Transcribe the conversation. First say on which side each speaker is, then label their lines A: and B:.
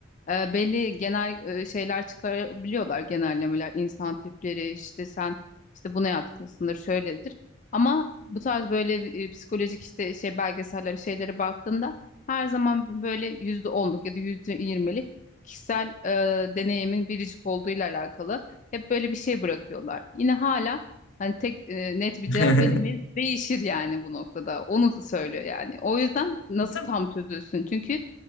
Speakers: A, on the left (about 35°); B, on the left (about 65°).
A: E, belli genel e, şeyler çıkarabiliyorlar genellemeler, insan tipleri işte sen işte buna yatkınsındır şöyledir. Ama bu tarz böyle bir, e, psikolojik işte şey belgeseller şeylere baktığında her zaman böyle yüzde onluk ya da yüzde yirmilik kişisel e, deneyimin biricik olduğuyla alakalı hep böyle bir şey bırakıyorlar. Yine hala hani tek e, net bir cevap
B: hı.
A: veremeyiz. Değişir yani bu noktada. Onu söylüyor yani. O yüzden nasıl
B: <laughs> Tabii.
A: tam çözülsün? Çünkü